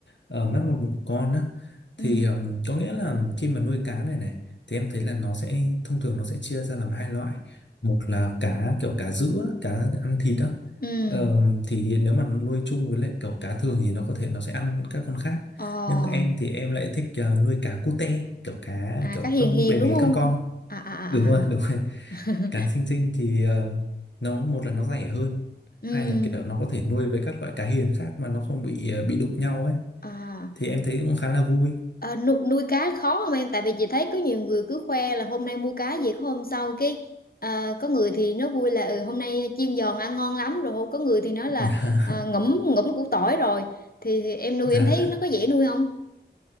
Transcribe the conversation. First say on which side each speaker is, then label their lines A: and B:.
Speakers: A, on the left; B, on the left.
A: ờ, mất một, một con á. Thì
B: Ừ,
A: ờm, có nghĩa là khi mà nuôi cá này này thì em thấy là nó sẽ thông thường nó sẽ chia ra làm hai loại. Một là cá kiểu cá sữa, cá ăn thịt á.
B: ừ,
A: Ờ, thì nếu mà nuôi chung với lại kiểu cá thường thì nó có thể nó sẽ ăn các con khác.
B: ờ,
A: Nhưng em thì em lại thích ờ, nuôi cá cute, kiểu cá
B: à
A: kiểu
B: cá hiền
A: con
B: hiền
A: bé bé
B: đúng không?
A: con con.
B: À à à,
A: Đúng rồi, <laughs> đúng rồi
B: à. <laughs>
A: cá sinh tinh thì ờ, nó một là nó rẻ hơn
B: ừ,
A: hai là kiểu nó có thể nuôi với các loại cá hiền khác mà nó không bị ờ, bị đụng nhau ấy
B: à.
A: thì em thấy cũng khá là vui
B: Ờ, nu nuôi cá khó không em? Tại vì chị thấy có nhiều người cứ khoe là hôm nay mua cá gì có hôm sau cái à, có người thì nó vui là ừ, hôm nay chiên giòn ăn ngon lắm rồi không có người thì nói là
A: <laughs>
B: à, ngẫm ngẫm củ tỏi rồi thì, thì em nuôi
A: dạ
B: em thấy nó có dễ nuôi không?